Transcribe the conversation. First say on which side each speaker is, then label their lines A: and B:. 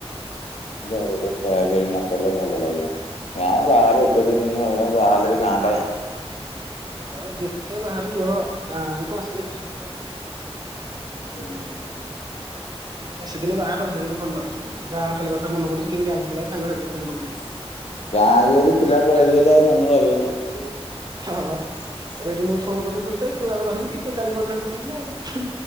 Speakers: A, on the left; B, on the right.
A: ଗାଁରେ ଧରେ ଟେ ଖେଳା ଖେଳି ନକଲେ ଭଲ ଲାଗିବନ ଗାଁ ବାହାରେ ଏତେ ଦିନ ଦିନେ ରହିଲ ଯାହାହଲେ ଗାଁ ଟାଁ।
B: ଆଉ ଯେତେ ବାହାରେ ରୁହ ଗାଁ କୁ ଆସିଲେ ତାର ଗୋଟେ
A: ହୁଁ।
B: ବେଶୀ ଦିନ ବାହରେ ରହିଲେ କଣ ଭଲ ଲାଗୁଛି କି ଗାଁ ଖାଲି କଥା ମନେ ପଡୁଛି କେମିତି ଗାଁ କୁ ପଳେଇବା ସାଙ୍ଗ ସାାଥି କଥା ମନେ ପଡୁଛି।
A: ଗାଁକୁୁ ଯଦି ପିଲା ପଳେଇଥିବ ଆଉ ମନ ରହିବନି ଆଉ।
B: ହଁଁ ଏବେ ଏଠି ମୁଁ ଫୋନ କରିଥିଲି ତତେ ତୁ ଆଉ ରହିବୁ କି ତୁ କାଲି ପହର ଦିନ ଉଡିବୁ ନା ଆଉ।